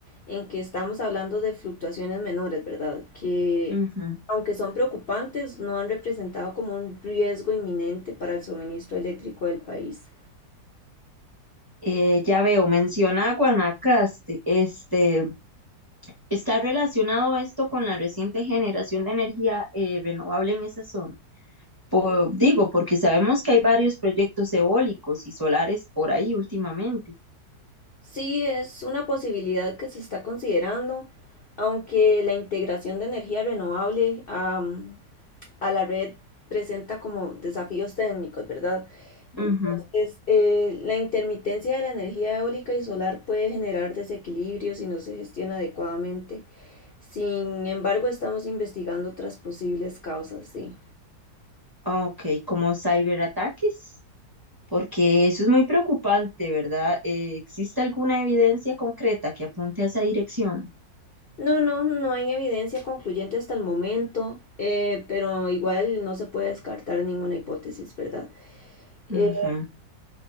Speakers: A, on the left (about 60°); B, on the right (about 20°).
A: en que estamos hablando de fluctuaciones menores, ¿verdad? Que
B: Ujú.
A: aunque son preocupantes, no han representado como un riesgo inminente para el suministro eléctrico del país.
B: Eh, ya veo, menciona a Guanacaste. Este, ¿está relacionado esto con la reciente generación de energía eh, renovable en esa zona? Po- digo, porque sabemos que hay varios proyectos eólicos y solares por ahí últimamente.
A: Sí, es una posibilidad que se está considerando, aunque la integración de energía renovable a a la red presenta como desafíos técnicos, ¿verdad?
B: Ujú.
A: Entonces, eh, la intermitencia de la energía eólica y solar puede generar desequilibrios si no se gestiona adecuadamente. Sin embargo, estamos investigando otras posibles causas, sí.
B: Ok, como ciberataques, porque eso es muy preocupante, ¿verdad? Eh, ¿existe alguna evidencia concreta que apunte a esa dirección?
A: No, no, no hay evidencia concluyente hasta el momento, eh, pero igual no se puede descartar ninguna hipótesis, ¿verdad?
B: Ujú.
A: Eh,